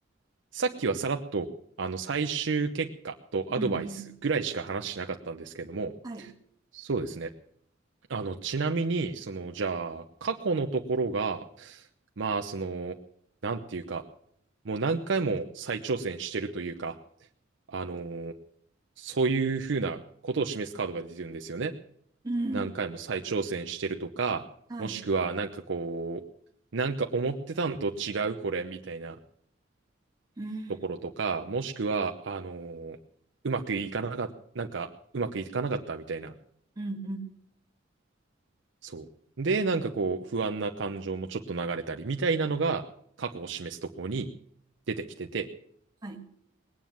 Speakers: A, on the right; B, on the right.
A: さっきはさらっと、あの、最終結果とアドバイスぐらいしか話しなかったんですけども、
B: うんうん。はい。
A: そうですね。あの、ちなみに、その、じゃあ、過去のところが、まあ、その、なんていうか、もう何回も再挑戦してるというか、あのーそういうふうなことを示すカードが出てるんですよね。
B: うん。
A: 何回も再挑戦してるとか、
B: はい。
A: もしくはなんかこう、なんか思ってたのと違うこれみたいな
B: うん。
A: ところとか、もしくは、あのーうまくいかなかった、なんかうまくいかなかったみたいな。
B: うんうん。
A: そう。で、なんかこう、不安な感情もちょっと流れたりみたいなのが過去を示すところに出てきてて、
B: はい。